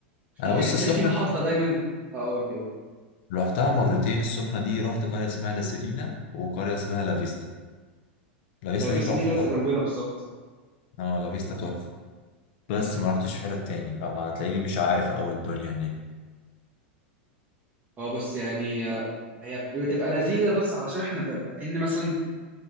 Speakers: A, on the right (about 25°); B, on the left (about 60°).
A: في
B: انا
A: يعني
B: بص
A: هتلاقي
B: السخنه
A: في محطه
B: دي
A: دايما اه قول لي قول لي
B: رحتها مرتين السخنة دي رحت قرية اسمها لاسيرينا وقرية اسمها لافيستا لافيستا
A: لا فيستا
B: دي تحفة
A: دي لازقه
B: طبعا
A: جنبنا بالظبط
B: اه لافيستا تحفة بس ما رحتش في حتة تاني فما هتلاقيني مش عارف أوي الدنيا هناك
A: اه بس يعني آه، هي بتبقى لذيذه بس علشان احنا بنبقى كأن مثلا